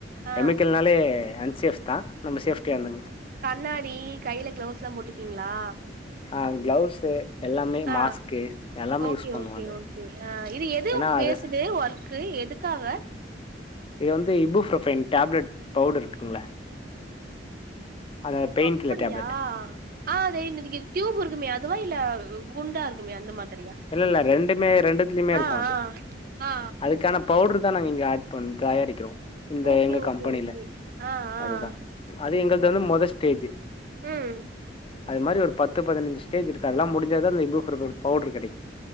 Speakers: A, on the right (about 50°); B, on the left (about 30°).
A: ஆ
B: கெமிக்கல்னாலே அன்சேஃப் தா நம்ம சேஃப்டியா இருந்துங்கணு
A: கண்ணாடி கைல கிளவுஸ்லா போட்டுப்பீங்ளா
B: ஆ கிளவுஸு எல்லாமே
A: ஆ
B: மாஸ்க்கு எல்லாமே
A: ஓகே
B: யூஸ் பண்ணுவோ
A: ஓகே
B: அது
A: ஓகே ஆ இது எதும்
B: ஏன்னா
A: பேசிடு
B: அது
A: ஒர்க் க்கு எதுக்காக
B: இது வந்து இபுஃப்ரொபைன் டேப்லட் பவுடர் இருக்குங்கள அது பெயின்
A: அப்டியா
B: கில்லர் டேப்லெட்
A: ஆ அதே டியூப் இருக்குமே அதுவா இல்ல குண்டா இருக்குமா அந்த மாதிரியா
B: இல்ல இல்ல ரெண்டுமே ரெண்டுத்துலியுமே இருக்கு
A: ஆ
B: அது
A: ஆ ஆ
B: அதுக்கான பவுடர் தா நாங்க இங்கே ஆட் பண்ண தயாரிக்கிறோ இந்த
A: ஓகே
B: எங்க
A: ஓகே
B: கம்பெனியில
A: ஓகே ஆ ஆ
B: அதுதா அது எங்கள்ட‌ வந்து முத ஸ்டேஜு
A: ம்
B: அது மாறி ஒரு பத்து பதினஞ்சி ஸ்டேஜ் இருக்கு அதெல்லா முடிஞ்ச அந்த இஃபோ பிரமோட் பவுடர் கெடைக்கு